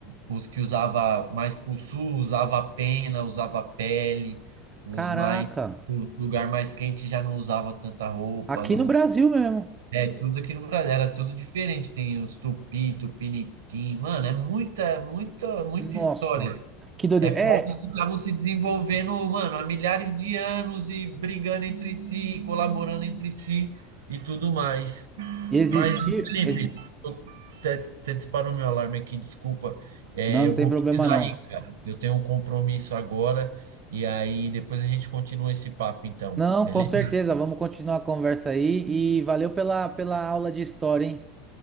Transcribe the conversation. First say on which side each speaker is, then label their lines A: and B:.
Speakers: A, on the right; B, on the right.
A: os que usava mais pro sul, usava pena, usava pele, os
B: Caraca.
A: mais o lugar mais quente já não usava tanta roupa,
B: Aqui
A: não.
B: no Brasil mesmo.
A: É, tudo aqui no Brasil era tudo diferente. Tem os tupi, tupiniquim, mano, é muita, muita, muita
B: Nossa,
A: história.
B: que doideira.
A: É povos
B: É,
A: que estavam se desenvolvendo, mano, há milhares de anos e brigando entre si, colaborando entre si e tudo mais.
B: e existir.
A: Mas, Felipe,
B: exi-
A: eu- até até disparou meu alarme aqui, desculpa. É,
B: Não,
A: eu
B: não tem
A: vou
B: problema
A: precisar
B: não.
A: ir, cara. Eu tenho um compromisso agora e aí depois a gente continua esse papo, então,
B: Não,
A: beleza?
B: com certeza. Vamos continuar a conversa aí. E valeu pela, pela aula de história, hein?